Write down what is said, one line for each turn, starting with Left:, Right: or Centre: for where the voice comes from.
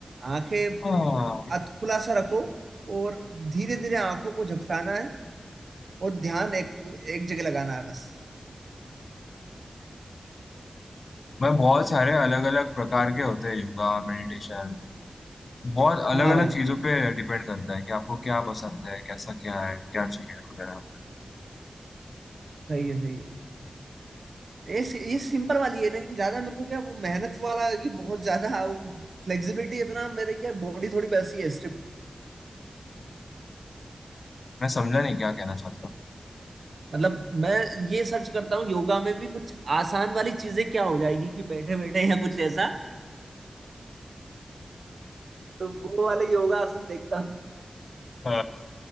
Right: आंखें
Left: हाँ
Right: अध खुला सा रखो और धीरे धीरे आंखों को झपकाना है और ध्यान एक एक जगह लगाना है बस
Left: मैं बहुत सारे अलग अलग प्रकार के होते हैं योगा मेडिटेशन बहुत अलग
Right: हाँ भाई
Left: अलग चीजों पे डिपेंड करता है कि आपको क्या पसंद है कैसा क्या है क्या चाहिए वगैरह
Right: सही है सही है ये सि- ये सिंपल वाली है लेकिन ज्यादा मेरे को क्या वो मेहनत वाला कि बहुत ज्यादा फ्लेक्सिबिलिटी इतना मेरे क्या बॉडी थोड़ी वैसी है
Left: मैं समझा नहीं क्या कहना चाहता हूँ
Right: मतलब मैं ये सर्च करता हूँ योगा में भी कुछ आसान वाली चीजें क्या हो जाएगी कि बैठे बैठे या कुछ ऐसा तो वो वाले योगा आसन देखता हूँ
Left: <laughs> अ,